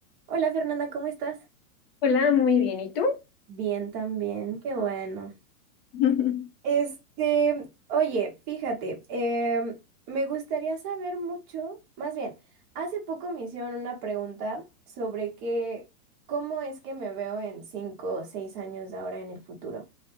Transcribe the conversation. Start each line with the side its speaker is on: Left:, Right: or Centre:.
Right: Hola Fernanda, ¿cómo estás?
Left: Hola, muy bien. ¿Y tú?
Right: Bien, también, qué bueno.
Left: <laughs>
Right: Este, oye, fíjate, em, me gustaría saber mucho, más bien, hace poco me hicieron una pregunta sobre qué, cómo es que me veo en cinco o seis años de ahora en el futuro.